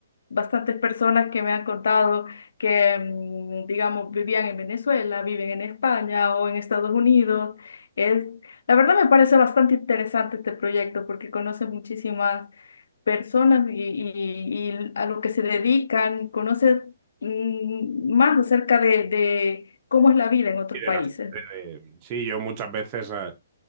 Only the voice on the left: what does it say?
bastantes personas que me han contado que, mm, digamos, vivían en Venezuela, viven en España o en Estados Unidos. Es, la verdad me parece bastante interesante este proyecto porque conoces muchísimas personas y, y- y a lo que se dedican, conoces mm, más acerca de, de cómo es la vida en otros
países.